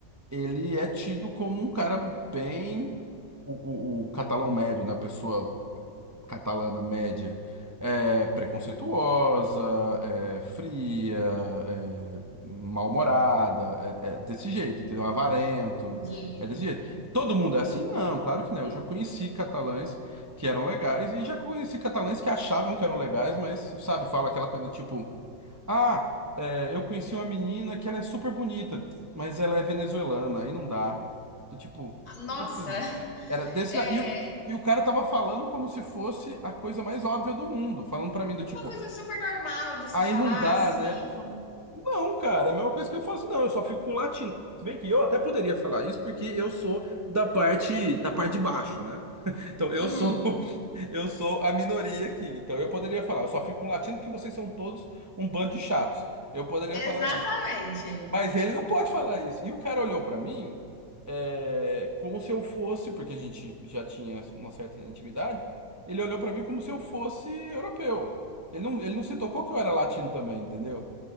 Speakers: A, on the right (about 20°); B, on the left (about 70°).
A: ele é tido como um cara bem. O, o, o catalão médio, né? A pessoa catalana média é preconceituosa, é fria, é mal-humorada, é, é desse jeito, entendeu? Avarento,
B: Entendi.
A: é desse jeito. Todo mundo é assim? Não, claro que não. Eu já conheci catalães que eram legais e já conheci catalães que achavam que eram legais, mas, sabe, fala aquela coisa tipo. Ah, é, eu conheci uma menina que ela é super bonita, mas ela é venezuelana, aí não dá. Do tipo,
B: Nossa,
A: como assim? Era desse,
B: é
A: e, o- e, e o cara tava falando como se fosse a coisa mais óbvia do mundo, falando pra mim do tipo,
B: uma coisa super normal de se
A: aí
B: falar
A: não dá,
B: assim.
A: né? Eu fa- Não, cara, é a mesma coisa que eu falo assim, não, eu só fico com latina. Se bem que eu até poderia falar isso porque eu sou da parte da parte de baixo, né? Então, eu
B: Uhum,
A: sou <laughs> eu sou a minoria aqui. Então, eu poderia falar, eu só fico com latino porque vocês são todos um bando de chatos. Eu poderia
B: exatamente.
A: falar isso. Mas ele não pode falar isso. E o cara olhou pra mim é, como se eu fosse, porque a gente já tinha uma certa intimidade, ele olhou pra mim como se eu fosse europeu. Ele não, ele não se tocou que eu era latino também, entendeu?